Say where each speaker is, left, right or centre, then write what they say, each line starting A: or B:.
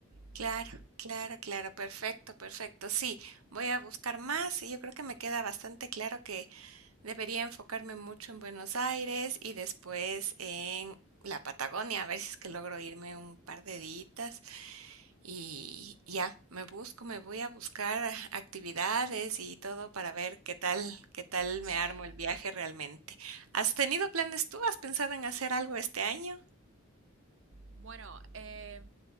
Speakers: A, on the right (about 85°); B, on the right (about 60°).
A: Claro,
B: Sí,
A: claro, claro, perfecto, perfecto. Sí, voy a buscar más y yo creo que me queda bastante claro que debería enfocarme mucho en Buenos Aires y después en la Patagonia, a ver si es que logro irme un par de días y ya, me busco, me voy a buscar actividades y todo para ver qué tal, qué tal
B: sí.
A: me armo el viaje realmente. ¿Has tenido planes tú? ¿Has pensado en hacer algo este año?
B: Bueno, eh,